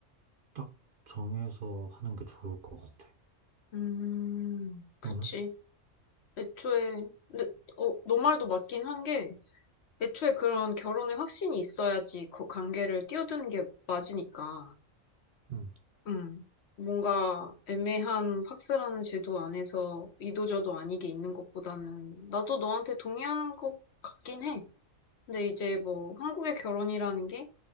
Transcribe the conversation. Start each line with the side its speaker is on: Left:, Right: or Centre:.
Right: 딱 정해서 하는 게 좋을 것 같아.
Left: 음, 그치.
Right: 너는?
Left: 애초에, 근데, 어, 너 말도 맞긴 한 게, 애초에 그런 결혼의 확신이 있어야지 그 관계를 뛰어드는 게 맞으니까.
Right: 응,
Left: 음, 뭔가 애매한 팍스라는 제도 안에서 이도저도 아니게 있는 것보다는 나도 너한테 동의하는 것 같긴 해. 근데 이제 뭐 한국의 결혼이라는 게